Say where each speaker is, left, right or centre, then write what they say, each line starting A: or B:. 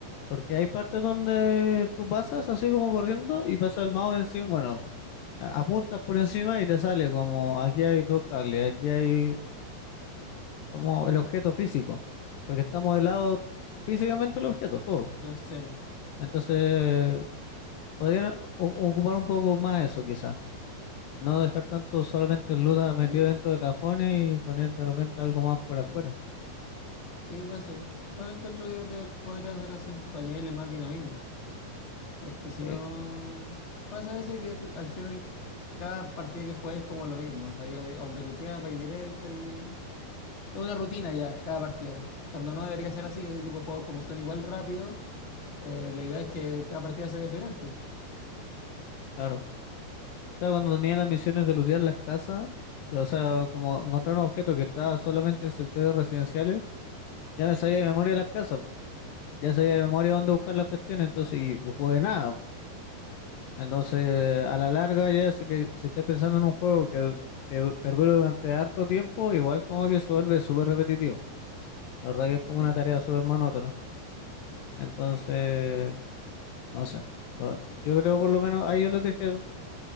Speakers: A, on the left; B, on the left.
A: Porque hay partes donde tú pasas así como corriendo y pasa el mouse encima, bueno, a- apuntas por encima y te sale como aquí hay dos cables, aquí hay como el objeto físico, porque está modelado físicamente el objeto, todo.
B: Entonces,
A: Entonces, podrían o- ocupar un poco más eso quizá, no dejar tanto solamente el luda metido
B: sí,
A: dentro de cajones y poner de repente algo más por afuera.
B: Sí, puede ser. Yo encuentro que de- podría ser así, para añadirle más dinamismo. Porque si
A: Sí,
B: no, pasa eso que al final cada partida que juegues es como lo mismo. O sea, yo, a donde luteas, vais directo y... Es una rutina ya, cada partida. Cuando no debería ser así, ese tipo de juegos como son igual rápido, eh, la idea es que cada partida sea diferente.
A: claro. O sea, cuando tenía las misiones de lootear las casas, o sea, como encontrar un objeto que estaba solamente en sectores residenciales, ya me sabía de memoria las casas, ya sabía de memoria dónde buscar las cuestiones, entonces, y, y jugué nada. Entonces, a la larga, ya si, que, si estás pensando en un juego que, que du- perdure durante harto tiempo, igual como que se vuelve súper repetitivo. La verdad que es como
B: Sí.
A: una tarea súper monótona. Entonces, no sé. Por- Yo creo por lo menos, ahí yo les dejé